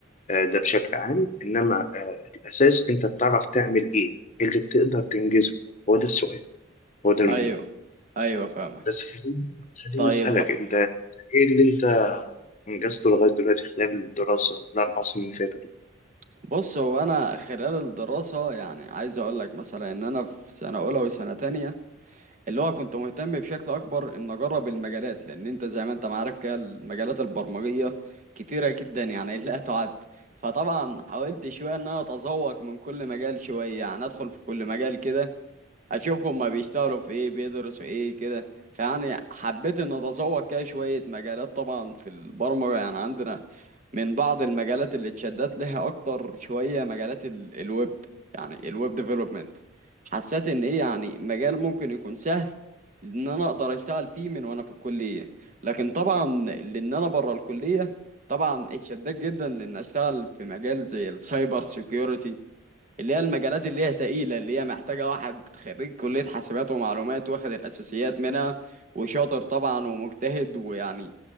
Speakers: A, on the left; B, on the right.
A: آه، ده بشكل عام إنما آه، الأساس أنت بتعرف تعمل إيه إيه اللي بتقدر تنجزه هو ده السؤال هو ده المهم
B: ايوه ايوه فاهمك
A: بس خليني خليني
B: طيب
A: أسألك
B: ه-
A: أنت إيه اللي أنت أنجزته لغاية دلوقتي خلال الدراسة الأربع سنين اللي فاتوا دول
B: بص هو انا خلال الدراسة يعني عايز اقول لك مثلا ان انا في سنة اولى وسنة تانية اللي هو كنت مهتم بشكل اكبر ان اجرب المجالات لان انت زي ما انت ما عارف كده المجالات البرمجيه كتيره جدا يعني لا تعد فطبعا حاولت شويه ان انا اتذوق من كل مجال شويه يعني ادخل في كل مجال كده اشوف هما بيشتغلوا في ايه بيدرسوا ايه كده فيعني حبيت ان اتذوق كده شوية مجالات طبعا في البرمجة يعني عندنا من بعض المجالات اللي اتشدت لها اكتر شوية مجالات ال- الويب يعني الويب ديفلوبمنت حسيت ان ايه يعني مجال ممكن يكون سهل ان انا اقدر اشتغل فيه من وانا في الكلية لكن طبعا لان انا بره الكلية طبعا اتشدت جدا لان اشتغل في مجال زي السايبر سيكيورتي اللي هي المجالات اللي هي تقيلة اللي هي محتاجة واحد خريج كلية حاسبات ومعلومات واخد الأساسيات منها وشاطر طبعا ومجتهد ويعني